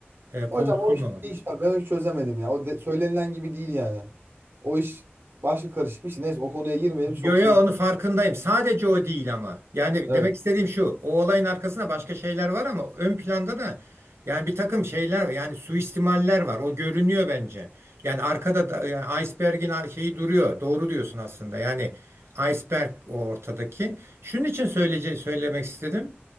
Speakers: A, on the right (about 80°); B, on the right (about 55°).
A: E, kovuşturma
B: hocam o işte bir iş var. Ben hiç çözemedim ya. O de- söylenilen gibi değil yani. O iş başka karışık bir şey. Neyse o konuya girmeyelim.
A: Yo
B: Çok
A: yo
B: sinirim.
A: onu farkındayım. Sadece o değil ama. Yani
B: Evet.
A: demek istediğim şu. O olayın arkasında başka şeyler var ama ön planda da yani bir takım şeyler var. Yani suistimaller var. O görünüyor bence. Yani arkada da yani iceberg'in ar- şeyi duruyor. Doğru diyorsun aslında. Yani iceberg o ortadaki. Şunun için söyleyece söylemek istedim.